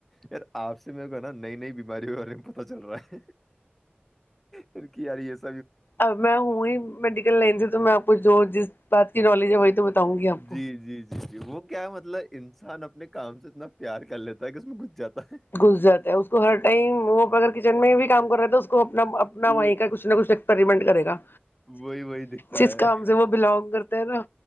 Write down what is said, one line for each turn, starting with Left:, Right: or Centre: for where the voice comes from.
Centre: یار آپ سے میرے کو نا نئی نئی بیماریوں کے بارے میں پتا چل رہا ہے پھر کیی رہ ہے س
Left: اب میں ہوں ہی میڈیکل لائن سے تو میں آپ کو جو جس بات کی نالج ہے وہی تو بتاؤں گی آپ کو
Centre: جی جی جی وہ کیا ہے مطلب انسان اپنے کام سے اتنا پیار کر لیتا ہے کہ اس میں گس جاتا ہے
Left: گز جرتا ہے اس کو ہر ٹائم وہ اگر جن میں بھی کام کر رہا ہے تو اس کو اپنا اپنا
Centre: وہ
Left: وہیں کا کچھ نہ کچھ ایکسپریمنٹ کرے گا
Centre: وہی وہی دکھتا
Left: جس
Centre: ہے
Left: کام سے وہ بلونگ کرتا ہے نا